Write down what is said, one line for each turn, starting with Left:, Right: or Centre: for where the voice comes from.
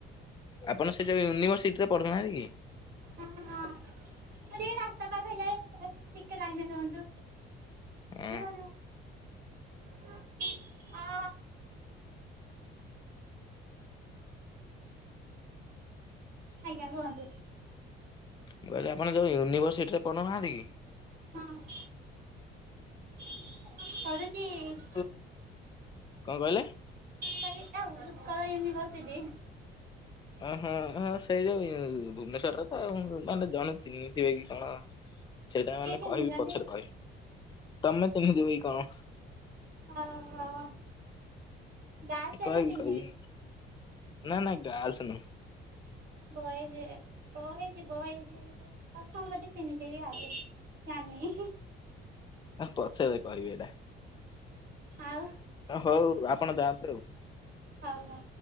Left: ଆପଣ ସେ ଯୋଉ ୟୁନିଭରସିଟିରେ ପଢୁନାହାନ୍ତି କି?
Right: ହଁ ହଁ ମୁଁ ଟିକେ ରାସ୍ତା ପାର ହେଇଯାଏ, ଏ ଟିକେ ଲାଗନରେ ରୁହନ୍ତୁ।
Left: ହଁ
Right: ରୁହ ରୁହ ଆ ଆଜ୍ଞା କୁହନ୍ତୁ।
Left: ମୁଁ କହିଲି ଆପଣ ଯୋଉ ୟୁନିଭର୍ସିଟିରେ ପଢୁନାହାନ୍ତି କି?
Right: ହଁ। ପଢୁଛି।
Left: ଉଁ କଣ କହିଲେ?
Right: କହିଲି ଏ ଉତ୍କଳ ୟୁନିଭର୍ସିଟି।
Left: ଓ ହଁ ହଁ ସେଇ ଯୋଉ ଇ ଭୁବନେଶ୍ୱରରେ ତ ଆଉ ମାନେ ଜଣେ ଚିହ୍ନିଥିବେ କି କଣ ସେଇଟା
Right: କିଏ
Left: ମାନେ
Right: ଚିହ୍ନିଛନ୍ତି?
Left: କହିବି ପଛରେ କହିବି। ତମେ ଚିହ୍ନିଥିବ କି କଣ।
Right: ଓହୋ। ଗାର୍ଲସ ହେଲେ
Left: କହିବି
Right: ଚିହ୍ନିବି
Left: କହିବି ନା ନା ଗାର୍ଲସ୍ ନୁହଁ।
Right: ବଏଜେ ବଏଜେ ବଏଜେ। ପ୍ରଥମରୁ ବୋଧେ ଚିହ୍ନିଥିବି ଆଉ ଜାଣିନି।
Left: ଆଉ ପଛରେ କହିବି ଏଇଟା।
Right: ଆଉ।
Left: ହଉ ଆପଣ ଯାଆନ୍ତୁ ଆଉ।
Right: ହଉ ହଉ।